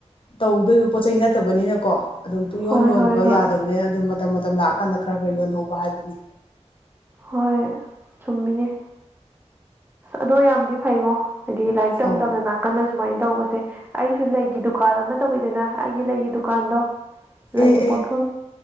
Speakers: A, on the left; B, on the right.
A: ꯇꯧꯗꯣꯏꯕ ꯄꯣꯠ ꯆꯩ ꯅꯠꯇꯕꯅꯤꯅ ꯀꯣ ꯑꯗꯨꯝ ꯄꯨꯡ ꯌꯣꯟ
B: ꯍꯣꯏ
A: ꯌꯣꯟꯕ
B: ꯍꯣꯏ ꯍꯣꯏ
A: ꯌꯥꯗꯕꯅꯤꯅ ꯑꯗꯨꯝ ꯃꯇꯝ ꯃꯇꯝ ꯂꯥꯛꯑꯀꯥꯟꯗ ꯈꯔ ꯈꯔ ꯌꯣꯟꯍꯧꯕ ꯍꯥꯏꯕꯗꯨꯅꯤ
B: ꯍꯣꯏ ꯆꯨꯝꯃꯤꯅꯤ ꯑꯗꯣ ꯌꯥꯝꯗꯤ ꯐꯩꯉꯣ ꯍꯥꯏꯗꯤ ꯂꯥꯏꯔꯤꯛ ꯇꯝ
A: ꯑꯧ
B: ꯇꯝꯅ ꯥꯛ ꯀꯗ ꯁꯨꯃꯥꯏꯅ ꯇꯧꯕꯁꯦ ꯑꯩꯁꯨ ꯂꯩꯒꯤ ꯗꯨꯀꯥꯟ ꯑꯃ ꯇꯧꯕꯋꯤꯗꯅ ꯑꯩꯒꯤ ꯂꯩꯒꯤ ꯗꯨꯀꯥꯟꯗꯣ ꯂꯩꯒꯤ
A: ꯑꯦ
B: ꯄꯣꯠꯊꯣꯟ
A: ꯑꯦ